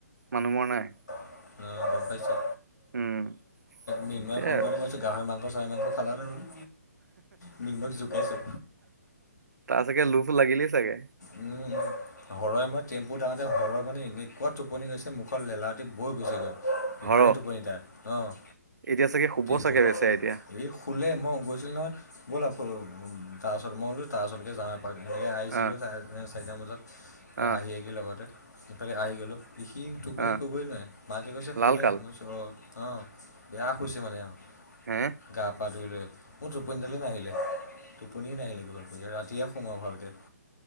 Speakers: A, on the right; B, on the left.
A: মানুহ মৰা নাই।
B: অ' গ'ম পাইছো।
A: উম
B: মিন্ময়ে
A: সেইয়াই
B: ফোন কৰোতে
A: আৰু
B: মই ভাবিছো গাহৰি মাংস চাহ মাংস খালা নে বোলো? মৃন্ময়ক জোকাইছোঁ
A: তাৰ চাগে লোভ লাগিলেই চাগে।
B: উম উম। হৰয়ে মই টেম্পুত আহোতে হৰ মানে এনেকুৱা টোপনি গৈছে মুখত লেলাৱটি বৈ গৈছে গৈ। ইমানেই
A: হৰ
B: টোপনি তাৰ অ'
A: এতিয়া চাগে শুব
B: টেম্পুত।
A: চাগে বেচেৰা এতিয়া
B: এই শুলে মই গৈছিলো নহয়, ব'ল অ তাৰ ওচৰত মই বোলো তাৰ ওচৰলৈকে যাওঁ হয় আহিছিলোঁ
A: আহ
B: চাৰে চাৰিটা বজাত
A: আহ
B: আহিযেকি লগতে ইফালে আহি গ'লোঁ। সি টোপনি
A: আহ
B: ক'বই নোৱাৰে, মাকে কৈছে শুলে
A: লাল কাল
B: মই অঁ অঁ বেয়া শুইছে মানে আৰু।
A: হে'।
B: গা পা ধুই লৈ, মোৰ টোপনী দালে নাহিলে। টোপনিয়ে নাহিলে, ভালকৈ ৰাতিয়ে সোমায় ভালকে।